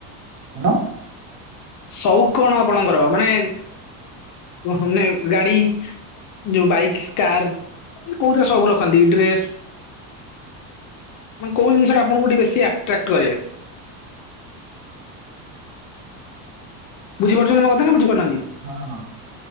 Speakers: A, on the right; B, on the left.
A: ହଣ <unintelligible>
B: ସଉକ କଣ ଆପଣଙ୍କର? ମାନେ ମାନେ ଗାଡି। ଯୋଉ ବାଇକ, କାର କୋଉଥିରେ ସବୁ ରଖନ୍ତି ଡ୍ରେସ। ମାନ କୋଉ ଜିନିଷଟା ଆପଣଙ୍କୁ ଟିକେ ବେଶୀ ଆଟ୍ରାକ୍ଟ କରେ?
A: <inaudible>
B: ବୁଝିପାରୁଛନ୍ତି ମୋ କଥା ନା, ବଝିପାରୁନାହାନ୍ତି।
A: ହଁ ହଁ।